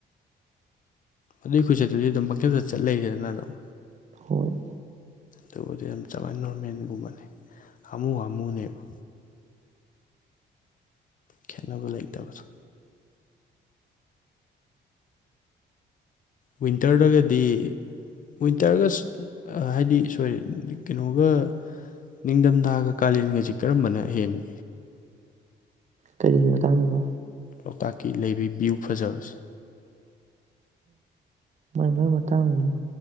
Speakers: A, on the left; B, on the right.
A: ꯑꯗꯨꯏ ꯈꯣꯏꯆꯠꯇꯨꯗꯤ ꯑꯗꯨꯝ ꯄꯪꯊꯦꯜꯇ ꯆꯠ ꯂꯩꯔꯦꯗꯅ ꯑꯗꯨꯝ
B: ꯍꯣꯏ
A: ꯇꯕꯨꯗꯤ ꯌꯥꯝ ꯆꯏꯅ ꯅꯣꯔꯃꯦꯦꯟꯒꯨꯝꯕꯅꯦ ꯍꯥꯃꯨ ꯍꯥꯃꯨꯅꯦꯕ ꯈꯦꯠꯅꯕ ꯂꯩꯇꯕꯁꯨ ꯋꯤꯟꯇꯔꯗꯒꯗꯤ ꯋꯤꯟꯇꯔꯒ ꯍꯥꯏꯗꯤ ꯁꯣꯏꯔꯤ ꯀꯩꯅꯣꯒ ꯅꯤꯡꯊꯝꯊꯥꯒ ꯀꯥꯂꯦꯟꯒꯁꯤ ꯀꯔꯝꯕꯅ ꯍꯦꯟꯒ
B: ꯀꯔꯤꯒꯤ ꯃꯇꯥꯡꯅꯣ
A: ꯂꯣꯛꯇꯥꯛꯀꯤ ꯂꯩꯕꯤ ꯚ꯭ꯌꯨ ꯐꯖꯕꯁꯦ
B: ꯃꯥꯏ ꯃꯥꯏ ꯃꯇꯥꯡꯅꯤ